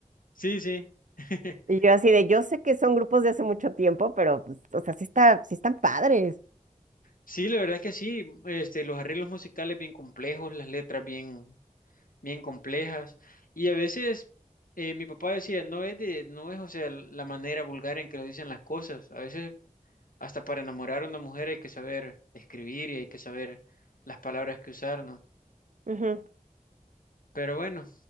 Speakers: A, on the left; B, on the right.
A: Sí, sí. <laughs>
B: Y yo así de, yo sé que son grupos de hace mucho tiempo, pero, pues, o sea, sí está, sí están padres.
A: Sí, la verdad es que sí. Este, los arreglos musicales bien complejos, las letras bien, bien complejas. Y a veces eh, mi papá decía, no es de, no es, o sea, la manera vulgar en que lo dicen las cosas. A veces hasta para enamorar a una mujer hay que saber escribir y hay que saber las palabras que usar, ¿no?
B: Ujú.
A: Pero bueno,